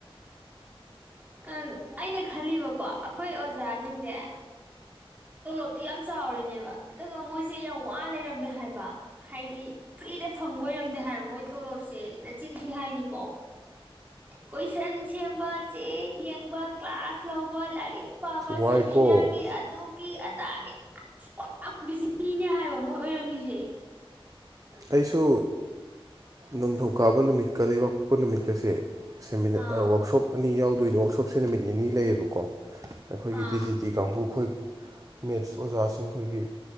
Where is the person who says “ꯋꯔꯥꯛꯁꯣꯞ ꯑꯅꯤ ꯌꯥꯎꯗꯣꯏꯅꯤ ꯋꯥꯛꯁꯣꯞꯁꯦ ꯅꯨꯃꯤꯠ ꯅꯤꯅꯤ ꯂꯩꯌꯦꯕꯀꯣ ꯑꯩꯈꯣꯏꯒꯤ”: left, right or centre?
Right